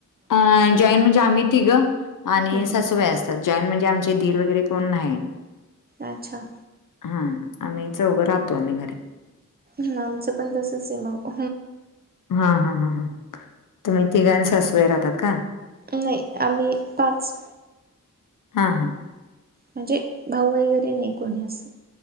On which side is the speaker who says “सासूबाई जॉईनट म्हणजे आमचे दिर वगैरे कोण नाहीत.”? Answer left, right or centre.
Left